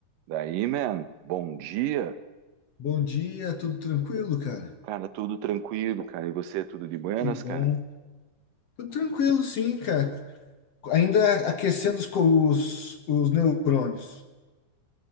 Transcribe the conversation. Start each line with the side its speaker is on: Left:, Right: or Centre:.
Right: Daí, man, bom dia.
Left: Bom dia, tudo tranquilo, cara?
Right: Cara, tudo tranquilo, cara. E você, tudo de buenas,
Left: Que bom.
Right: cara?
Left: Tudo tranquilo, sim, cara. Ainda aquecendo os, co- os, os neurônios.